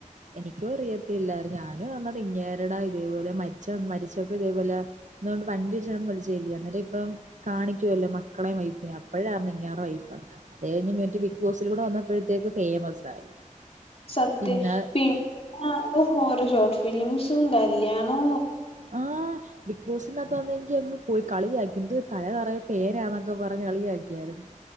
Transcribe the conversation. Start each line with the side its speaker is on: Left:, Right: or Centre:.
Right: എനിക്കും അറിയത്തില്ലായിരുന്നു ഞാൻ പറഞ്ഞത് ഇങ്ങേരട ഇതേപോലെ മരിച്ച മരിച്ചപ്പോ ഇതേപോലെ <unintelligible> ഇപ്പം കാണിക്കുവല്ലോ മ <inaudible> വൈഫ്ന് അപ്പഴറിഞ്ഞേ ഇങ്ങേരെ വൈഫ് ആന്ന് അത് കഴിഞ്ഞ് മിട്ട് ബിഗ് ബോസിലൂടെ വന്നപ്പോഴത്തേക്ക് ഫേമസ് ആയി
Left: സത്യം
Right: പിന്നെ
Left: പിന്നെ ഓ ഓരോ ഷോർട്ട് ഫിലിംസും കല്യാണോ
Right: ആഹ ബിഗ് ബോസിനകത്ത് വന്നെങ്കി <unintelligible> പോയി കളിയാക്കി എന്ത് തല നെറയെ പേനാന്നൊക്കെ പറഞ്ഞ് കളിയാക്കിയായിരുന്നു